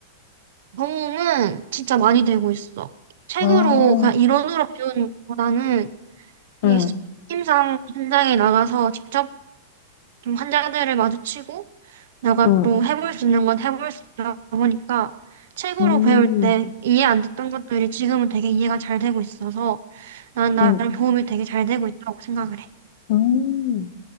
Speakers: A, on the right; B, on the left.
A: 경험은 진짜 많이 되고 있어. 책으로
B: 아,
A: 그냥 이론으로 배우는 것보다는 이게
B: 응,
A: 시- 팀상 현장에 나가서 직접 좀 환자들을 마주치고 내가
B: 응,
A: 또 해볼 수 있는 건 해볼 수 있다 보니까 책으로
B: 음,
A: 배울 때 이해 안 됐던 것들이 지금은 되게 이해가 잘 되고 있어서 난 나를
B: 응,
A: 도움이 되게 잘 되고 있다고 생각을 해.
B: 음.